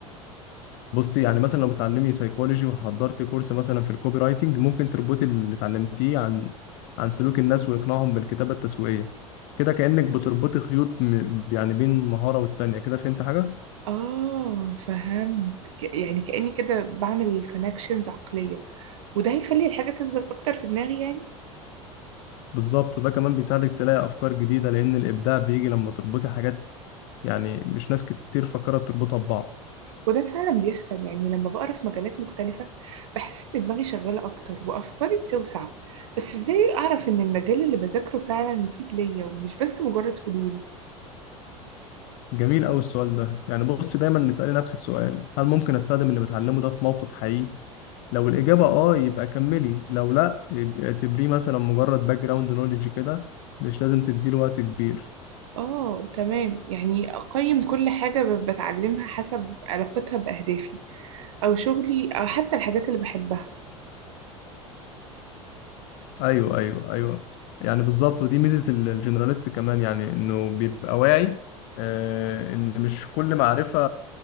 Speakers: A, on the left; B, on the right.
A: بصي يعني مثلا لو بتعلمي سيكولوجي وحضرتي كورس مثلا في الكوبي رايتنج ممكن تربطي اللي اتعلمتيه عن عن سلوك الناس وإقناعهم بالكتابة التسويقية كده كأنك بتربطي خيوط م... يعني بين مهارة والتانية كده فهمت حاجة؟
B: اه فهمت ك- يعني كأني كده بعمل كونكشنز عقلية وده هيخلي الحاجة تثبت اكتر في دماغي يعني
A: بالظبط وده كمان بيساعدك تلاقي أفكار جديدة لأن الإبداع بيجي لما تربطي حاجات يعني مش ناس كتير فكرت تربطها ببعض
B: وده فعلا بيحصل يعني لما بقرا في مجالات مختلفة بحس إن دماغي شغالة أكتر وأفكاري بتوسع بس إزاي أعرف إن المجال اللي بذاكره فعلا مفيد ليا ومش بس مجرد فضول
A: جميل أوي السؤال ده يعني بص دايما نسألي نفسك سؤال هل ممكن أستخدم اللي بتعلمه ده في موقف حقيقي؟ لو الإجابة آه يبقى كملي لو لأ يبقى اعتبريه مثلا مجرد باك جراوند نوليدج كده مش لازم تديله وقت كبير
B: آه تمام يعني أقيم كل حاجة ب- بتعلمها حسب علاقتها بأهدافي أو شغلي أو حتى الحاجات اللي بحبها
A: أيوه أيوه أيوه يعني بالظبط ودي ميزة ال- الجنراليست كمان يعني إنه بيبقى واعي آه إن مش كل معرفة